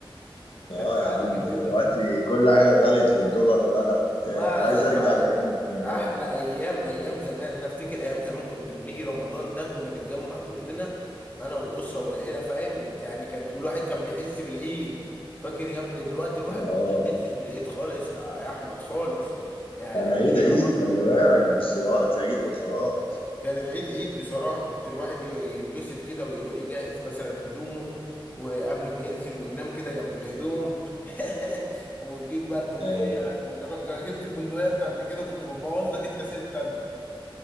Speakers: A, on the left; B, on the left.
A: اه
B: هدفع
A: يا
B: لي
A: عم
B: 200
A: دلوقتي
B: 300
A: كل حاجة غلت والدولار غلى وبتاع
B: لا
A: أنا عايز
B: يا اسطى
A: أرجع لأيام زمان
B: احلى ايام ايام زمان انا افتكر ايام زمان كنا بنيجي رمضان ده كنا نتجمع كلنا انا والاسره والعيله فاهم يعني كانت والواحد كان بيحس بالعيد فاكر يا ابني دلوقتي الواحد
A: اه
B: ما بيحسش بالعيد خالص يا احمد خالص يعني
A: أنا
B: الدنيا
A: عيد عيد خلي بالك مش دلوقتي عيد وخلاص
B: كان العيد عيد بصراحة كنت الواحد ي- يتبسط كده ويروح يجهز مثلا هدومه وقبل ما ينزل وينام كده جنب الهدوم <laughs> ويجيب بقى البندقية
A: أيوه
B: ما جر- جر- جبت البندقية انت قبل كده كنت بتبوظ لك انت ست انت